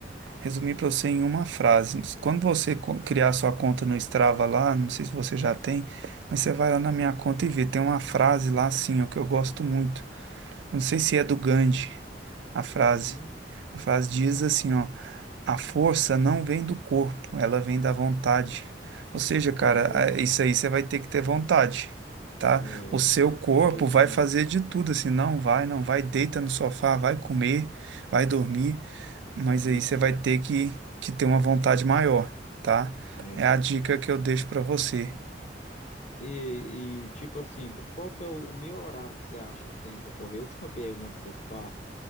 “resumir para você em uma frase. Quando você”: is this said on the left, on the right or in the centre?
Right